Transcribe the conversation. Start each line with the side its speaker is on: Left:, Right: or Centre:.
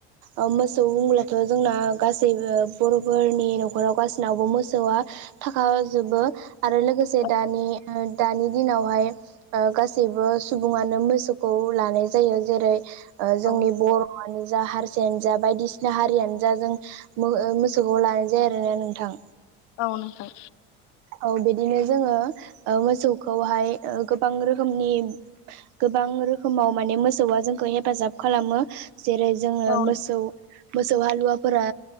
Right: ओ मोसौ बुंब्लाथ' जोंना गासैबो बर'फोरनि न'खराव गासैनावबो मोसौआ थाखा जोबो। आरो लोगोसे
Left: औ
Right: दानि दानि दिनावहाय ओ गासैबो सुबुङानो मोसौ खौ लानाय जायो जेरै ओ
Left: औ
Right: जोंनि बर' हनो जा हारसायानो जा बायदिसिना हारियानो जा जों मोसौखौ लानाय जायो आरोना नोंथां।
Left: औ नोंथां
Right: औ बिदिनो जोङो मोसौखौहाय गोबां रोखोमनि गोबां रोखोमाव माने मोसौआ जोंखौ हेफाजाब खालामो जेरै जोंङो
Left: औ
Right: मोसौ मोसौ हालुवाफोरा